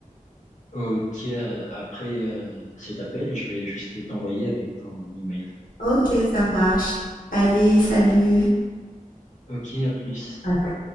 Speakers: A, on the left; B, on the left.
A: Ok, euh, après euh, cet appel, je vais juste t'envoyer avec ton email.
B: Ok, ça marche. Allez, salut.
A: Ok, à plus.
B: À plus.